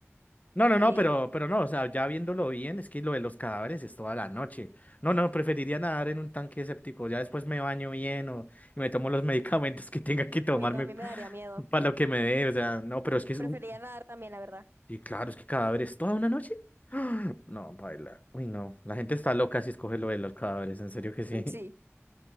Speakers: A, on the left; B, on the right.
A: No, no, no,
B: Sí.
A: pero, pero no, o sea, ya viéndolo bien, es que lo de los cadáveres es toda la noche. No, no, preferiría nadar en un tanque séptico. Ya después me baño bien o y me tomo los <laughs> medicamentos que tenga que tomarme
B: Uy, no, a mí me daría miedo.
A: para lo que me dé. O sea, no, pero es que es
B: Preferiría
A: un.
B: nadar también, la verdad.
A: Y claro, es que cadáveres toda una noche. <gasps> No, baila. Uy, no. La gente está loca si escoge lo de los cadáveres, en serio que sí.
B: Sí.